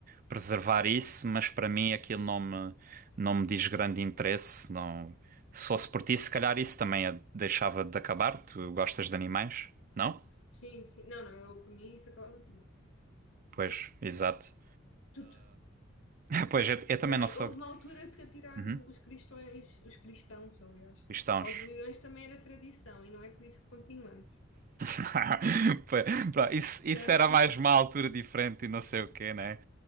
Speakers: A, on the right; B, on the left.
A: preservar isso, mas para mim aquilo não me, não me diz grande interesse. Não... Se fosse por ti, se calhar isso também a- deixava de acabar. Tu gostas de animais, não?
B: Sim, sim. Não, não, eu por mim isso acabava tudo.
A: Pois, exato.
B: Tudo.
A: <laughs> pois, eu, eu também
B: Também
A: não sou.
B: houve uma altura que atirar
A: Uhum,
B: os cristões, os cristãos, aliás,
A: cristãos.
B: aos leões também era tradição e não é por isso que continuamos.
A: <laughs> Pá, pá, Isso, isso
B: Portanto,
A: era mais uma altura diferente e não sei o quê, né?